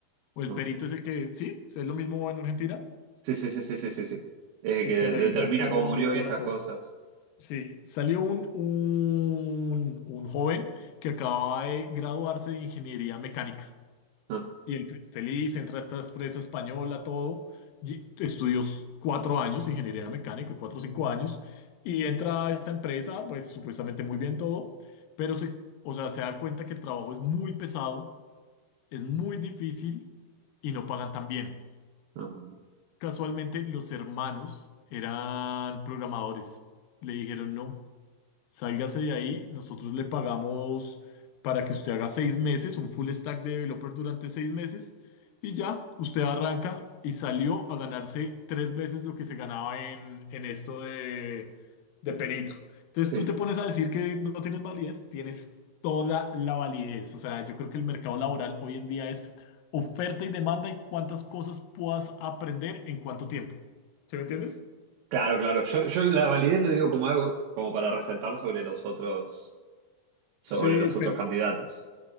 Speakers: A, on the left; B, on the right.
A: O el
B: No.
A: perito es el que, sí, es lo mismo en Argentina,
B: Sí, sí, sí, sí, sí, sí, sí. Eh,
A: el
B: que de-
A: que revisa
B: determina
A: todo
B: cómo murió
A: y toda
B: y estas
A: la cosa.
B: cosas.
A: Sí, salió un, un, un joven que acaba de graduarse de ingeniería mecánica.
B: No,
A: Y él fe- feliz, entra a esta empresa española, todo. y Estudió s- cuatro años de ingeniería mecánica, cuatro o cinco años. Y entra a esta empresa, pues supuestamente muy bien todo. Pero se, o sea, se da cuenta que el trabajo es muy pesado, es muy difícil y no pagan tan bien.
B: no, no. no.
A: Casualmente, los hermanos eran programadores. Le dijeron no. Sálgase de ahí, nosotros le pagamos para que usted haga seis meses, un full stack de developer durante seis meses y ya, usted arranca y salió a ganarse tres veces lo que se ganaba en, en esto de, de perito. Entonces
B: Sí.
A: tú te pones a decir que no tienes validez, tienes toda la validez. O sea, yo creo que el mercado laboral hoy en día es oferta y demanda y cuántas cosas puedas aprender en cuánto tiempo. ¿Sí me entiendes?
B: Claro, claro. Yo, yo la validez lo digo como algo, como para resaltar sobre los otros, sobre
A: Sí,
B: los otros
A: pero
B: candidatos.